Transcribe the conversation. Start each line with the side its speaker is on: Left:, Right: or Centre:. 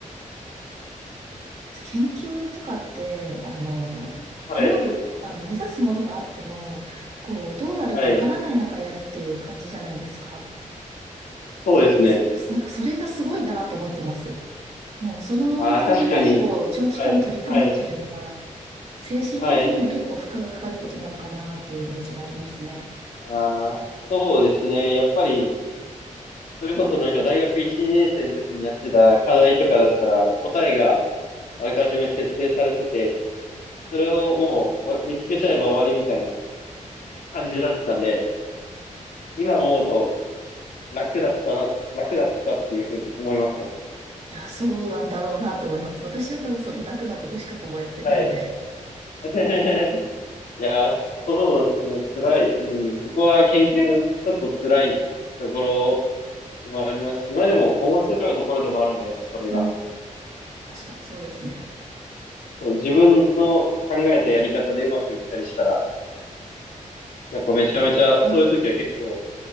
Right: 研究とかって、あの、
Left: はい。
Right: ゴール、あの、目指すものがあっても、こう、どうなるかわからない中やるっていう感じじゃないですか。
Left: はい。そうですね。
Right: そ、なんかそれがすごいなと思ってます。もうそのために、
Left: ああ、確かに。
Right: こう、長期間取り組むっていうのが、
Left: はい。はい。
Right: 精神的にも結構負荷がかかることなのかなっていうイメージがありますね。
Left: はい。ああ、そうですね。やっぱり、それこそなんか大学1、2年生の時にやってた課題とかだったら、答えがあらかじめ設定されてて、それをもうわ見つけちゃえば終わりみたいな感じだったんで、今思うと楽だったな、楽だったっていうふうに思いますね。
Right: いや、そうなんだろうなと思います。私は多分その楽なとこしかほぼやってないので。
Left: はい。<laughs> いやー、そうですね。辛い。うん、そこは研究のちょっと辛いところまあありますし、今でも面白いところでもあるんで、やっぱそれが。
Right: うん、確かにそうですね。
Left: そう、自分の考えたやり方でうまくいったりしたら、やっぱめちゃめちゃ、
Right: なるほどね。
Left: そういう時は結構、